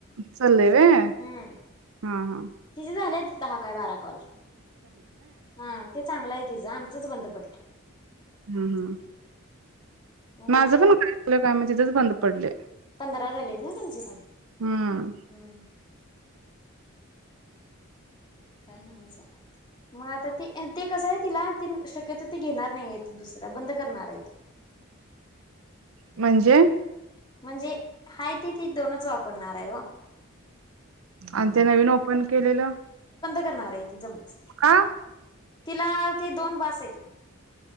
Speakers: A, on the right; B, on the left.
A: चालय होय
B: हम्म
A: हा हा
B: तिचे झालेत दहा काय बारा कॉल हा ते चांगलं आहे तिचं आमचच बंद पडल.
A: हम्म हम्म.
B: मग
A: माझं
B: बघूया
A: पण
B: आता
A: आपलं कायम तिथेच बंद पडले.
B: पंधरा झालेत ना तुमची पण
A: हम्म
B: हम्. काय ना मजा. मग आता ते ते कसं आहे तिला ते शक्यत ते घेणार नाहीय दुसरं बंद करणार आहे ती.
A: म्हणजे?
B: म्हणजे हा ते त दोनच वापरणार ओ.
A: आणि ते नवीन ओपन केलेलं?
B: ठेवणार आहे ती जमलं तर
A: का
B: तिला ते दोन बासेत